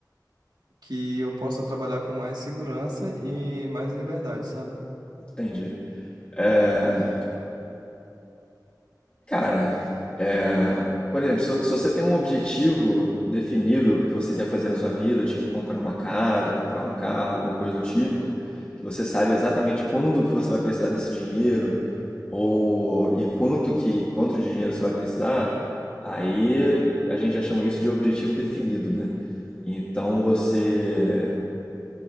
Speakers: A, on the right; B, on the left.
A: que eu possa trabalhar com mais segurança e mais liberdade, sabe?
B: Entendi. É, Cara, é, por exemplo, se, se você tem um objetivo definido que você quer fazer na sua vida, tipo comprar uma casa, comprar um carro, alguma coisa do tipo, que você sabe exatamente quando que você vai precisar desse dinheiro, ou e quanto que quanto de dinheiro você vai precisar, aí a gente já chama isso de objetivo definido, né? Então você